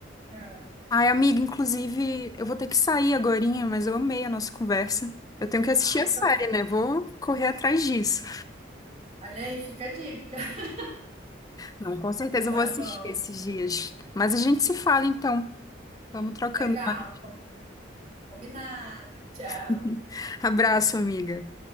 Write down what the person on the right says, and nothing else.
é.
Ai,
tô bem.
Olha aí, fica a dica. <laughs>
Tá
bom.
Legal.
Combinado. Tchau.